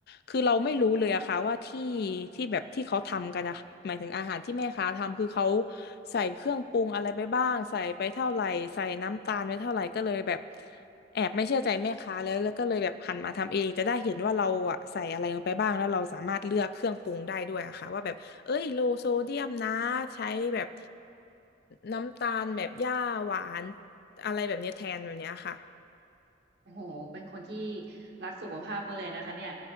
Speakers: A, on the left; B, on the right.
A: คือเราไม่รู้เลยอะค่ะว่าที่ที่แบบที่เขาทำกันอะหมายถึงอาหารที่แม่ค้าทำคือเขาใส่เครื่องปรุงอะไรไปบ้างใส่ไปเท่าไหร่ใส่น้ำตาลไปเท่าไหร่ก็เลยแบบ แอบไม่เชื่อใจแม่ค้าแล้วแล้วก็เลยแบบหันมาทำเองจะได้เห็นว่าเราอะใส่อะไรลงไปบ้างแล้วเราสามารถเลือกเครื่องปรุงได้ด้วยอะค่ะว่าแบบเอ้ยโลโซเดียมนะใช้แบบน้ำตาลแบบหญ้าหวานอะไรแบบเนี้ยแทนแบบเนี้ยค่ะ
B: โอ้โหเป็นคนที่รักสุขภาพมากเลยนะคะเนี่ย